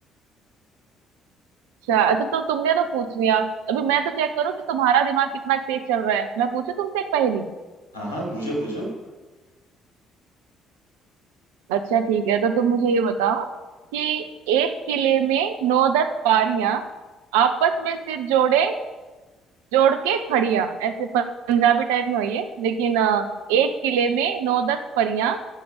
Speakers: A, on the right (about 70°); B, on the left (about 80°).
A: अच्छा अच्छा तो तुमने तो पूछ लिया अभी मैं तो चेक करूँ कि तुम्हारा दिमाग कितना तेज चल रहा है मैं पूछू तुमसे एक पहेली
B: हाँ हाँ बूझो बूझो
A: अच्छा ठीक है तो तुम मुझे ये बताओ कि एक किले में नौ दस बारियां आपस में सिर जोड़े जोड़ के खड़ियां ऐसे पंजाबी टाइप में हुई है लेकिन अ, एक किले में नौ दस परियां